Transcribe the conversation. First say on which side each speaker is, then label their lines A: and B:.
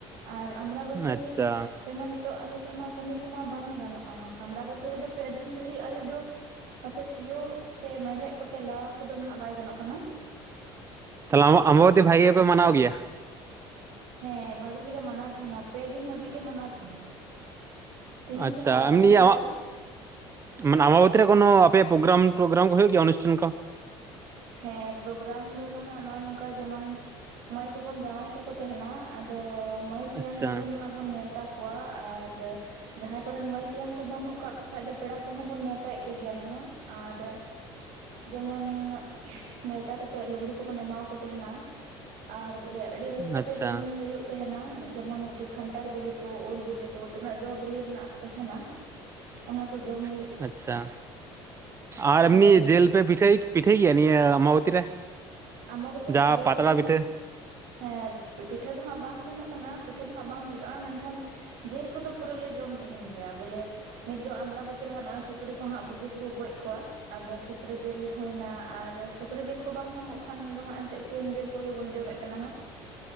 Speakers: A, on the right; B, on the right.
A: ᱟᱨ ᱟᱢᱲᱟᱵᱟᱛᱤ
B: ᱟᱪᱪᱷᱟ
A: ᱡᱮᱢᱚᱱᱮ ᱛᱚ ᱟᱞᱮ ᱥᱮᱜ ᱢᱟ ᱠᱟᱹᱢᱤ ᱠᱚᱢᱟ ᱵᱟᱝ ᱜᱟᱱᱚᱜ-ᱟ ᱟᱢᱲᱟ ᱵᱟᱹᱛᱤ ᱨᱮᱫᱚ ᱯᱮ ᱫᱤᱱ ᱫᱷᱟᱹᱨᱤᱡ ᱟᱞᱮ ᱫᱚ ᱱᱚᱛᱮ ᱥᱤᱭᱳᱜ ᱥᱮ ᱢᱮᱲᱦᱮᱫ ᱠᱚᱛᱮ ᱞᱟ ᱠᱚᱫᱚ ᱱᱟᱦᱟᱜ ᱵᱟᱭ ᱜᱟᱱᱚᱜ ᱠᱟᱱᱟ᱾
B: ᱛᱟᱦᱚᱞᱮ ᱟᱢᱵᱟᱵᱚᱛᱤ ᱵᱷᱟᱜᱮ ᱜᱮ ᱯᱮ ᱢᱟᱱᱟᱣ ᱜᱮᱭᱟ?
A: ᱦᱮᱸ ᱵᱷᱟᱜᱤ ᱜᱮᱞᱮ ᱢᱟᱱᱟᱣ ᱛᱟᱦᱮᱱᱟ ᱯᱮ ᱫᱤᱱ ᱦᱟᱹᱵᱤᱡ ᱞᱮ ᱢᱟᱱᱟᱣ ᱛᱟᱦᱮᱱᱟ ᱛᱤᱦᱤᱧ
B: ᱟᱪᱪᱷᱟ
A: ᱠᱷᱚᱱᱟᱜ ᱞᱟᱜᱟᱣᱮᱱ
B: ᱮᱢᱱᱤ
A: ᱛᱟᱞᱮᱭᱟ
B: ᱟᱢᱟᱜ ᱢᱟᱱᱮ ᱟᱢᱟᱵᱚᱛᱤ ᱨᱮ ᱠᱳᱱᱚ ᱟᱯᱮᱭᱟᱜ ᱯᱳᱜᱨᱟᱢ ᱴᱳᱜᱨᱟᱢ ᱠᱚ ᱦᱳᱭᱳᱜ ᱜᱮᱭᱟ ᱚᱱᱥᱴᱷᱟᱱ ᱠᱚ?
A: ᱦᱮᱸ ᱯᱨᱳᱜᱨᱟᱢ ᱫᱚ ᱱᱟᱦᱟᱜ ᱱᱚᱜᱼᱚᱭ ᱱᱚᱝᱠᱟ ᱡᱮᱢᱚᱱ ᱼᱼ ᱢᱟᱹᱭ ᱠᱚᱵᱚᱱ ᱡᱟᱶᱟᱭ ᱠᱟᱠᱚ ᱛᱟᱦᱮᱱᱟ ᱟᱫᱚ ᱢᱟᱹᱭ ᱛᱮᱭᱟᱝ
B: ᱟᱪᱪᱷᱟ
A: ᱠᱚᱜᱮ ᱱᱟᱦᱟᱜ ᱵᱚᱱ ᱱᱮᱣᱛᱟ ᱠᱚ ᱼᱼ ᱠᱚᱣᱟ ᱟᱨ ᱡᱟᱦᱟᱸᱭ ᱠᱚᱨᱮᱱ ᱢᱟᱹᱭ ᱛᱮᱭᱟᱝ ᱠᱚ ᱵᱟᱹᱱᱩᱜ ᱠᱟᱜ ᱠᱚ ᱠᱷᱟᱡ ᱫᱚ ᱯᱮᱲᱟ ᱠᱚᱦᱚᱸ ᱵᱚᱱ ᱱᱮᱣᱛᱟᱭᱮᱫ ᱠᱚᱜᱮᱭᱟ ᱱᱟᱦᱟᱜ ᱟᱨ ᱼᱼ ᱡᱮᱢᱚᱱ ᱱᱮᱣᱛᱟ ᱠᱟᱛᱮᱜ ᱞᱩᱜᱽᱲᱤ ᱠᱚᱵᱚᱱ ᱮᱢᱟᱣᱠᱚ ᱛᱟᱦᱮᱱᱟ᱾ ᱟᱨ ᱵᱚᱞᱮ ᱟᱹᱰᱤ ᱨᱟᱹᱥᱠᱟᱹ
B: ᱟᱪᱪᱷᱟ
A: ᱛᱮ ᱡᱚᱢ ᱧᱩ ᱦᱩᱭᱩᱜ ᱛᱟᱦᱮᱱᱟ ᱡᱮᱢᱚᱱ ᱠᱤ ᱠᱷᱟᱱᱴᱷᱟᱲ ᱵᱤᱞᱤ ᱠᱚ ᱩᱞ ᱵᱤᱞᱤ ᱠᱚ ᱛᱤᱱᱟᱹᱜ ᱡᱚ-ᱵᱤᱞᱤ ᱨᱮᱱᱟᱜ ᱛᱟᱦᱮᱱᱟ ᱾
B: <inaudible>
A: ᱚᱱᱟ ᱠᱚ ᱡᱚᱢ᱾
B: ᱟᱪᱪᱷᱟ ᱟᱨ ᱮᱢᱱᱤ
A: ᱦᱳᱭ
B: ᱡᱮᱞ ᱯᱮ ᱯᱤᱴᱷᱟᱹᱭ ᱯᱤᱴᱷᱟᱹᱭ ᱜᱮᱭᱟ ᱱᱤᱭᱟᱹ ᱟᱢᱟᱵᱚᱛᱤ ᱨᱮ?
A: ᱟᱢᱟᱵᱚᱛᱤ ᱨᱮᱫᱚ
B: ᱡᱟᱦᱟᱸ
A: ᱡᱮᱞ
B: ᱯᱟᱛᱲᱟ
A: ᱠᱚᱫᱚ ᱱᱟᱜ
B: ᱯᱤᱴᱷᱟᱹ
A: ᱦᱮᱸ ᱯᱤᱴᱷᱟᱹ ᱫᱚᱦᱟᱸᱜ ᱵᱟᱝ ᱜᱟᱱᱚᱜ ᱠᱟᱱᱟ ᱯᱤᱴᱷᱟᱹ ᱫᱚ ᱦᱟᱸᱜ ᱵᱟᱝ ᱦᱩᱭᱩᱜᱼᱟ ᱢᱮᱱᱠᱷᱟᱱ ᱼᱼ ᱡᱤᱞ ᱠᱚᱫᱚ ᱯᱩᱨᱟᱹ ᱞᱮ ᱡᱚᱢ ᱛᱟᱦᱮᱱ ᱜᱮᱭᱟ ᱵᱚᱞᱮ ᱱᱤᱛ ᱫᱚ ᱟᱢᱲᱟᱵᱚᱛᱤ ᱨᱮᱦᱟᱸᱜ ᱱᱚᱜᱼᱚᱭ ᱥᱩᱠᱨᱤ ᱠᱚᱦᱟᱸᱜ ᱵᱩᱜᱤ ᱛᱮᱠᱚ ᱜᱚᱡ ᱠᱚᱣᱟ ᱾ ᱟᱫᱚ ᱥᱩᱠᱨᱤ ᱡᱤᱞ ᱦᱩᱭᱱᱟ ᱟᱨ ᱥᱩᱠᱨᱤ ᱡᱤᱞ ᱠᱚ ᱵᱟᱝ ᱧᱟᱢᱚᱜ ᱠᱷᱟᱱ ᱫᱚ ᱦᱟᱸᱜ ᱮᱱᱛᱮᱜ ᱥᱤᱢ ᱡᱤᱞ ᱠᱚᱜᱤ ᱵᱚᱱ ᱡᱚᱢᱮᱜ ᱠᱟᱱᱟ ᱦᱟᱸᱜ ᱾